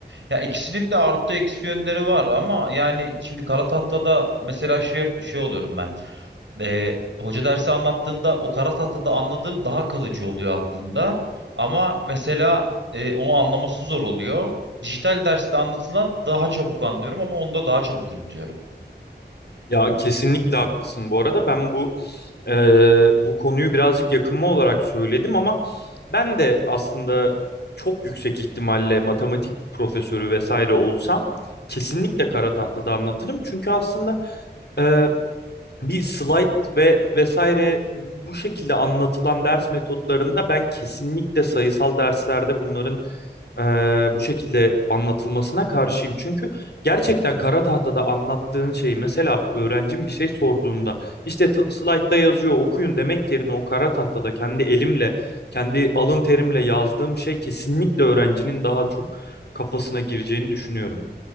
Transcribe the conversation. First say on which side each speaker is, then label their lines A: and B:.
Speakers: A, on the right; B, on the left.
A: Ya ikisinin de artı eksi yönleri var ama yani şimdi kara tahtada mesela şey yap- şey oluyorum ben. Ee, hoca dersi anlattığında o kara tahtada anladığım daha kalıcı oluyor aklımda. Ama mesela e, onu anlaması zor oluyor. Dijital derste anlatılan daha çabuk anlıyorum ama onu da daha çabuk unutuyorum.
B: Ya kesinlikle haklısın bu arada. Ben bu e, bu konuyu birazcık yakınma olarak söyledim ama ben de aslında çok yüksek ihtimalle matematik profesörü vesaire olsam kesinlikle kara tahtada anlatırım. Çünkü aslında e, bir slide ve vesaire bu şekilde anlatılan ders metotlarında ben kesinlikle sayısal derslerde bunların eee, bu şekilde anlatılmasına karşıyım. Çünkü gerçekten kara tahtada anlattığın şeyi mesela öğrencim bir şey sorduğunda işte t- slaytta yazıyor okuyun demek yerine o kara tahtada kendi elimle kendi alın terimle yazdığım şey kesinlikle öğrencinin daha çok kafasına gireceğini düşünüyorum.